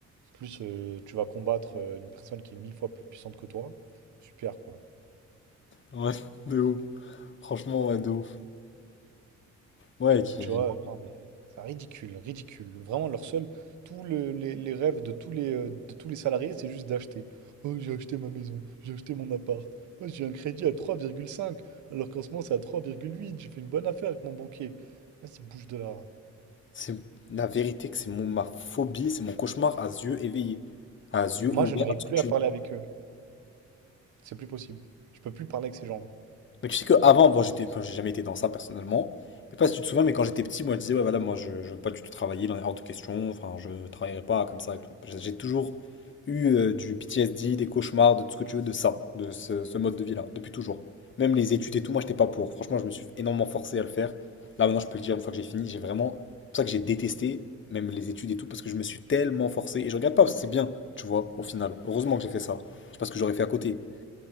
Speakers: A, on the right; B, on the left.
A: Plus euh, tu vas combattre euh, une personne qui est mille fois plus puissante que toi. Super, quoi.
B: Ouais, de ouf. Franchement, ouais, de ouf. Ouais, qui...
A: Donc, tu vois, euh, non mais c'est ridicule, ridicule. Vraiment, leur seul, tous le- les, les rêves de tous les, euh, de tous les salariés, c'est juste d'acheter. Oh, j'ai acheté ma maison, j'ai acheté mon appart. Oh, j'ai un crédit à trois virgule cinq, alors qu'en ce moment c'est à trois virgule huit. J'ai fait une bonne affaire avec mon banquier. Vas-y, bouge de là.
B: C'est la vérité que c'est mon... ma phobie, c'est mon cauchemar à yeux éveillés. À yeux
A: Moi,
B: ouverts,
A: je n'arrive
B: à tout
A: plus à parler avec eux. C'est plus possible. Je peux plus parler avec ces gens-là.
B: Mais tu sais qu'avant, bon, j'étais, enfin, j'ai jamais été dans ça personnellement. Je sais pas si tu te souviens, mais quand j'étais petit, moi, je disais, ouais, voilà, moi, je, je veux pas du tout travailler, dans est hors de question, enfin, je travaillerai pas comme ça et tout. J'ai j'ai toujours eu euh, du PTSD, des cauchemars, de tout ce que tu veux, de ça, de ce, ce mode de vie-là, depuis toujours. Même les études et tout, moi, j'étais pas pour. Franchement, je me suis énormément forcé à le faire. Là, maintenant, je peux le dire, une fois que j'ai fini, j'ai vraiment. C'est pour ça que j'ai détesté, même les études et tout, parce que je me suis tellement forcé. Et je regarde pas, parce que c'est bien, tu vois, au final. Heureusement que j'ai fait ça. Je sais pas ce que j'aurais fait à côté.